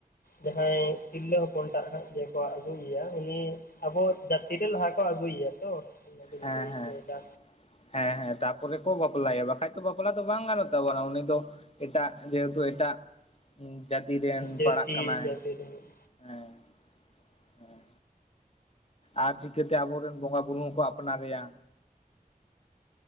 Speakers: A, on the left; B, on the left.
A: ᱡᱟᱦᱟᱸᱭ ᱛᱤᱨᱞᱟᱹ ᱦᱚᱯᱚᱱ ᱴᱟᱜ ᱦᱟᱸᱜ ᱡᱮᱠᱚ ᱟᱹᱜᱩᱭᱮᱭᱟ, ᱩᱱᱤ ᱟᱵᱚ ᱡᱟᱛᱤᱹ ᱨᱮ ᱞᱟᱦᱟ ᱠᱚ ᱟᱹᱜᱩᱭᱮᱭᱟ ᱛᱚ? ᱚᱱᱟᱜᱤᱧ
B: ᱦᱮᱸ
A: ᱞᱟᱹᱭ ᱦᱚᱪᱚᱭᱮᱫᱟ
B: ᱦᱮᱸ ᱦᱮᱸ ᱦᱮᱸ ᱛᱟᱯᱚᱨᱮ ᱠᱚ ᱵᱟᱯᱞᱟᱭᱟ ᱵᱟᱠᱷᱟᱡ ᱫᱚ ᱵᱟᱯᱞᱟ ᱫᱚ ᱵᱟᱝ ᱜᱟᱱᱚᱜ ᱛᱟᱵᱚᱱᱟ ᱩᱱᱤ ᱫᱚ ᱮᱴᱟᱜ ᱡᱮᱦᱮᱛᱩ ᱮᱴᱟᱜ ᱡᱟᱹᱛᱤ ᱨᱮᱱ
A: ᱡᱟᱹᱛᱤ
B: ᱯᱟᱲᱟᱜ ᱠᱟᱱᱟᱭ,
A: ᱡᱟᱹᱛᱤ ᱨᱤᱱᱤᱡ
B: ᱦᱮᱸ ᱦᱮᱸ ᱟᱨ ᱪᱤᱠᱟᱹᱛᱮ ᱟᱵᱚᱨᱮᱱ ᱵᱚᱸᱜᱟ ᱵᱩᱨᱩ ᱦᱚᱸᱠᱚ ᱟᱯᱱᱟᱨᱮᱭᱟ᱾